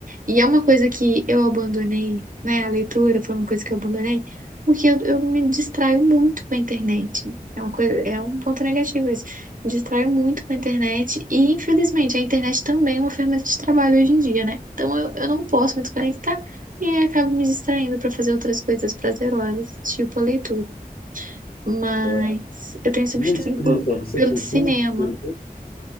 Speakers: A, on the right; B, on the left.
A: E é uma coisa que eu abandonei, né? A leitura foi uma coisa que eu abandonei, porque eu, eu me distraio muito com a internet. É uma coisa, é um ponto negativo isso. Me distraio muito com a internet e, infelizmente, a internet também é uma ferramenta de trabalho hoje em dia, né? Então eu, eu não posso me desconectar e acabo me distraindo para fazer outras coisas prazerosas, tipo a leitura. Mas
B: É,
A: eu tenho esse
B: E
A: mistério
B: a escrita,
A: pelo,
B: você
A: pelo
B: costuma
A: cinema.
B: escrever?